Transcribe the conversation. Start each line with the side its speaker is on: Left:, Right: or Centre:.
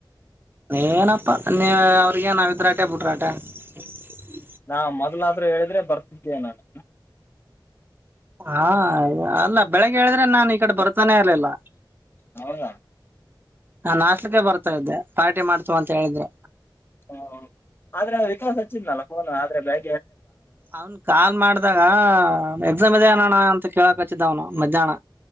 Right: ಏನಪ್ಪಾ ನೀವ್ ಅವ್ರಗೇನ್ ನಾವಿದ್ರಾಟೆ ಬುಡ್ರಾಟೆ <unintelligible>
Left: ನಾ ಮೊದ್ಲಾದ್ರು ಹೇಳಿದ್ರೆ ಬರ್ತಿದ್ದೆ ನಾನು.
Right: ಹಾ ಅಲ್ಲ ಬೆಳಿಗ್ಗೆ ಹೇಳಿದ್ರೆ ನಾನ್ ಈ ಕಡೆ ಬರ್ತಾನೇ ಇರ್ಲಿಲ್ಲ.
Left: ಹೌದ
Right: ನಾನ್ ಆಸ್ಲಿಕ್ಕೆ ಬರ್ತಾ ಇದ್ದೆ ಪಾರ್ಟಿ ಮಾಡ್ತಿವ್ ಅಂತ ಹೇಳಿದ್ರ.
Left: ಹ ಆದ್ರೆ ವಿಕಾಸ್ ಹಚ್ಚಿದ್ನಲ್ಲ ಫೋನ್ ಆದ್ರೆ ಬ್ಯಾ
Right: ಅವನ್ ಕಾಲ್ ಮಾಡ್ದಾಗ ಹ ಎಕ್ಸಾಮ್ ಇದೇನಣ್ಣ ಅಂತ ಕೇಳಕ್ ಹಚ್ಚಿದ್ದ ಅವ್ನು ಮಧ್ಯಾನ.